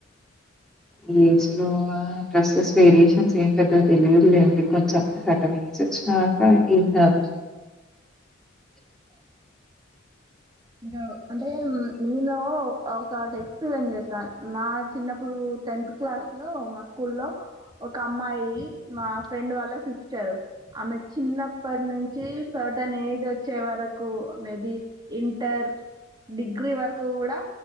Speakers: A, in the centre; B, on the right.
A: ఈ ఏజ్ లో ఆ డ్రెస్సెస్ వేరియేషన్స్ ఏం పెడుతదొ తెలియదు లేండ్ కొంచెం సటన్ ఏజ్ తెచ్చినవ్ గాక ఈ టాప్
B: ఇంకెవ్డు అంటే నినో ఆ ఒక టెక్స్పీరియన్స్ చేస్ సన్. నా చిన్నప్పుడు టెన్త్ క్లాస్ లో మా స్కూల్ లో ఒక అమ్మాయి. మా ఫ్రెండ్ వాళ్ళ సిస్టరు. ఆమె చిన్నప్పటి నుంచి సర్టన్ ఏజ్ వచ్చే వరకు. మేబి ఇన్ టార్, డిగ్రీ వరకు గూడా.